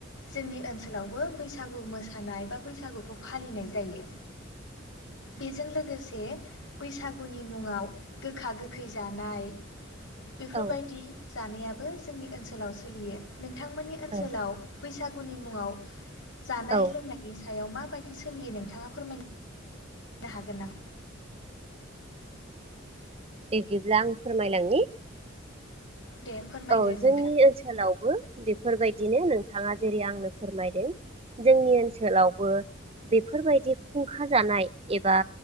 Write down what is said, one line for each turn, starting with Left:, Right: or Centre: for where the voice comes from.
Left: जोंनि ओनसोलावबो बैसागु मोसानाय बा बैसागुखौ फालिनाय जायो बेजों लोगोसे बैसागुनि मुङाव गोखा गोखै जानाय नाय बेफोरबायदि
Right: औ
Left: जानायाबो जोंनि ओनसोलाव सोलियो नोंथांमोननि ओनसोलाव
Right: औ
Left: बैसागुनि मुङाव जानाय
Right: औ
Left: लोंनाय इसे सायाव माबायदि सोलियो नोंथाङा फोरमायनो दा हागोन नामा
Right: बिदिब्ला आं फोरमायलांनि
Left: दे फोरमायदो
Right: औ जोंनि
Left: नोंथां
Right: ओनसोलावबो बे बेफोरबायदिनो नोंथाङा जेरै आंनो फोरमायदों जोंनि ओनसोलावबो बेफोरबायदि खुंखा जानाय एबा